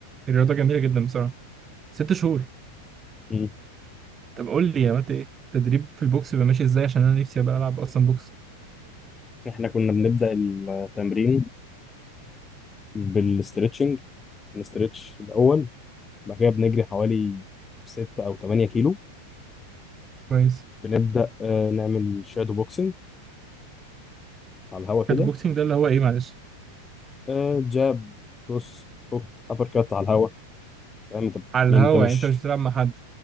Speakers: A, on the right (about 20°); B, on the left (about 15°).
A: الرياضه جميله جدا بصراحه ست شهور
B: مم.
A: طب قول لي عملت ايه تدريب في البوكس بيبقى ماشي ازاي عشان انا نفسي ابقى العب اصلا بوكس
B: احنا كنا بنبدأ التمرين بالاسترتشنج بنسترتش الأول بعد كده بنجري حوالي ستة أو تمانية كيلو
A: كويس
B: بنبدأ آه، نعمل شادو بوكسنج على الهوا كده
A: كات بوكسنج ده اللي هو ايه معلش
B: آه، جاب كروس هوك أبر كات على الهوا فاهم انت
A: على
B: يعني
A: الهوا
B: انت مش
A: يعني انت مش بتلعب مع حد